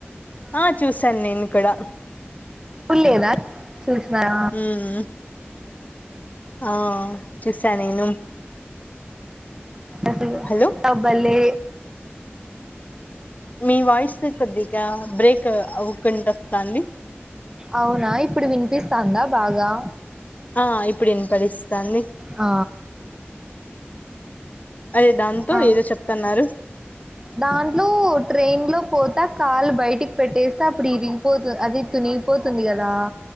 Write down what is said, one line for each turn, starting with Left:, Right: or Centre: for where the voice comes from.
Left: ఆ చూసాను నేను కూడా
Right: లేదా చూసినారా
Left: మ్మ్ ఆ చూసా నేను
Right: ఎసగ
Left: హలో
Right: అబలే
Left: మీ వాయిస్ కొద్దిగా బ్రేక్ అవకుంట వస్తాంది
Right: అవునా ఇప్పుడు వినిపిస్తాందా బాగా
Left: ఆ ఇప్పుడు ఇనపడిస్తాంది
Right: ఆ
Left: అదే దాంతో
Right: ఆ
Left: ఏదో చెప్తున్నారు
Right: దాంట్లో ట్రైన్ లో పోతా కాళ్లు బయటికి పెట్టేస్తే అప్పుడు ఇరిగిపోత అది తునిగిపోతుంది కదా